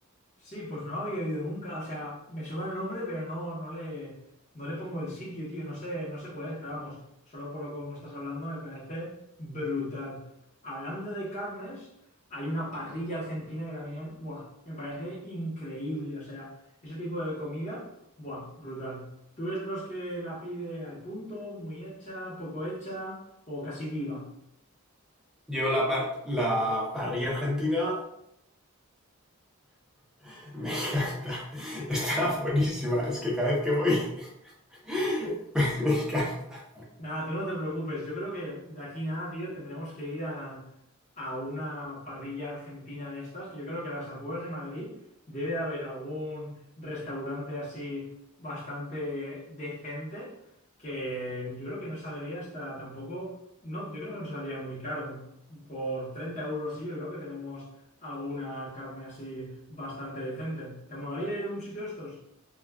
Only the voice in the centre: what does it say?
Yo la, par la parrilla argentina <laughs> me encanta, está buenísima, es que cada vez que voy <laughs> me encanta.